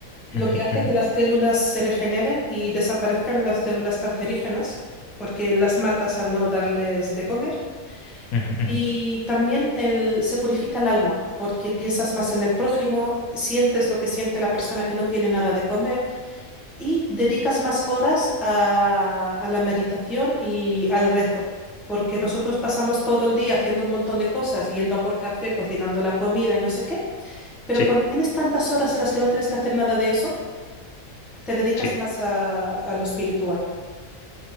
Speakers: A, in the centre; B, on the left.
A: lo
B: Ujú,
A: que hace
B: ujú,
A: que las células se regeneren y desaparezcan las células cancerígenas, porque las matas al no darles de comer.
B: ujú, ujú.
A: Y también el- se purifica el alma, porque piensas más en el prójimo, sientes lo que siente la persona que no tiene nada de comer, y dedicas más horas a, a la meditación y al rezo, porque nosotros pasamos todo el día haciendo un montón de cosas, yendo a por café, cocinando la comida y no sé qué, pero
B: Sí.
A: cuando tienes tantas horas en las que no tienes que hacer nada de eso, te dedicas
B: Sí,
A: más a, a lo espiritual.